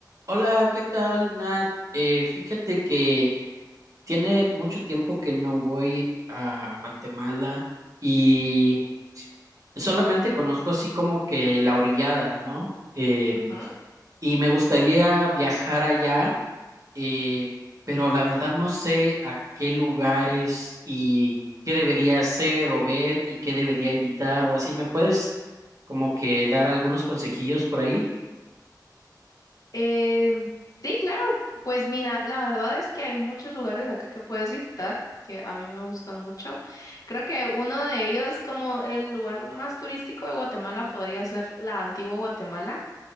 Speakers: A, on the right (about 50°); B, on the left (about 55°).
A: Hola, ¿qué tal, Nat? Eh, fíjate que tiene mucho tiempo que no voy a Guatemala y solamente conozco así como que la orillada, ¿no? Eh,
B: Ujú.
A: y me gustaría viajar allá, eh, pero la verdad no sé a qué lugares y qué debería hacer o ver y qué debería evitar o así. ¿Me puedes como que dar algunos consejillos por ahí?
B: Em, sí, claro, pues mira, la verdad es que hay muchos lugares acá que puedes visitar que a mí me gustan mucho. Creo que uno de ellos, como el lugar más turístico de Guatemala, podría ser la antigua Guatemala,